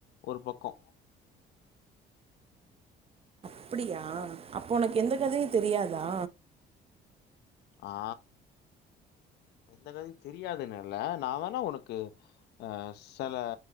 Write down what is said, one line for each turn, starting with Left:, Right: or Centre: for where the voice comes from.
Left: ஒரு பக்கோ
Right: அப்படியா அப்போ உனக்கு எந்த கதையூ தெரியாதா
Left: ஆ எந்த கதயூ தெரியாதுன்னுல்ல நா வேணா உனக்கு அ செல